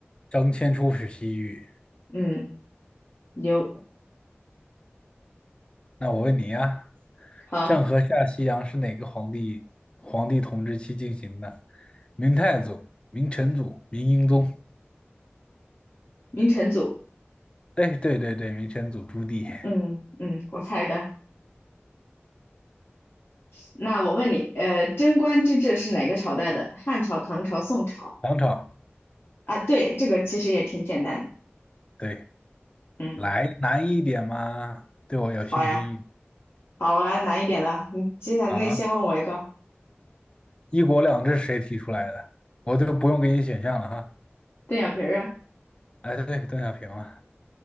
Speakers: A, on the left; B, on the left.
A: 张骞出使西域，
B: 嗯，牛。
A: 那我问你啊，
B: 好，
A: 郑和下西洋是哪个皇帝皇帝统治期进行的？明太祖、明成祖、明英宗。
B: 明成祖。
A: 对对对对，明成祖朱棣，
B: 嗯嗯，我猜的。那我问你，呃，贞观之治是哪个朝代的？汉朝、唐朝、宋朝？
A: 唐朝。
B: 啊，对，这个其实也挺简单的。
A: 对，
B: 嗯，
A: 来难一点嘛，对我有信心一点
B: 好呀，好，我来难一点的。你接下来，
A: 啊。
B: 那你先问我一个
A: 一国两制谁提出来的？我都不用给你选项了哈。
B: 邓小平儿啊。
A: 哎，对，邓小平啊。